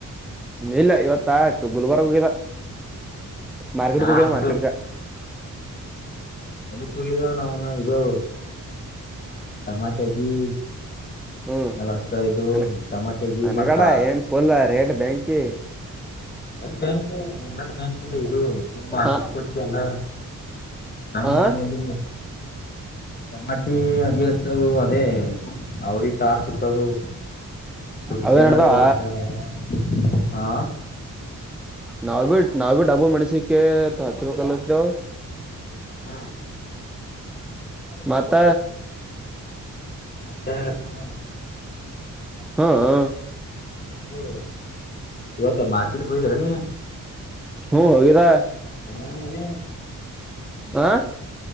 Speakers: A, in the centre; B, on the left (about 30°).
A: ನಿಲ್ಲ ಇವತ್ತ ಆಯ್ತು ಗುಲ್ಬರ್ಗ <unintelligible> ಮಾರ್ಕೆಟ್ಗೆ
B: ನಾ
A: ಹೋಗಿದ
B: ಬರು
A: ಮಾರ್ಕೆಟ್ಗ
B: ಕುಳ್ಳುಗನಾನು ಇದು ಟಮಾಟಗಿ.
A: ಹ್ಮ್
B: ಅವ ಹಚ್ಚಾಯಿದು
A: ಅನ
B: ಟಮಾಟಗಿ
A: ಅನಗಡ
B: ಮಕ್ಕ
A: ಏನ್ ಫುಲ್ ರೇಟ್ ಬ್ಯಾಂಕಿ
B: ಎಲ್ ಬ್ಯಾಂಕ್ ವಟ್ ಬ್ಯಾಂಕ್ ಇದು ಇದು ನೀವ್ ಮಾರ್ಕೆಟ್
A: ಆ
B: ಹೋಗ್ತಿರಲ್ಲ. ನಾವು
A: ಆ
B: ಎಲ್ಲಿ ಟಮಾಟು ಅದು ಹಚ್ಚದು ಅದೇ ಅವ್ರಿಗೆ ಕಾರ್ ಸುತ್ತದು. ಸು ಬಿಕೇನರಿ
A: ಅವೇ ನಡ್ದಾವ
B: ಲಾಸು ಆಗ್ಯಾದ ಹಾ,
A: ನಾವ್ ಬಿ ನಾವ ಭ ಡಬ್ಬ ಮೆಣ್ಸಿಕ ಹಚ್ಬೇಕಲ್ಲತವು
B: ಹಾ
A: ಮತ್ತ
B: ಮತ್ತೆ ಹೇ ಹೂ
A: ಹ್ಮ ಹೂ
B: ಹೋ ಇವತ್ತು ಮಾರ್ಕೆಟ್ ಹೋಗ್ಬರನಿ.
A: ಹು ಒಳ್ಳೆದ
B: ಏನೇನ್ ವಿಬಿ
A: ಹಾ